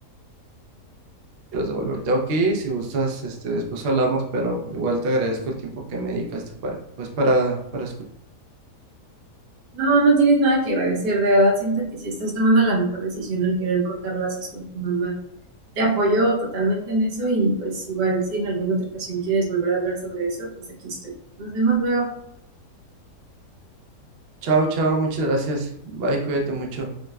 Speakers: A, on the right; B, on the right.
A: quiero es devolverte aquí, si gustas, este, después hablamos, pero igual te agradezco el tiempo que me dedicaste para, pues para, para escuchar.
B: No, no tienes nada que agradecer, de verdad siento que si estás tomando la mejor decisión al querer cortar lazos con tu mamá. Te apoyo totalmente en eso y pues igual si en alguna otra ocasión quieres volver a hablar sobre eso, pues aquí estoy. Nos vemos luego.
A: Chao, chao, muchas gracias. Bye, cuídate mucho.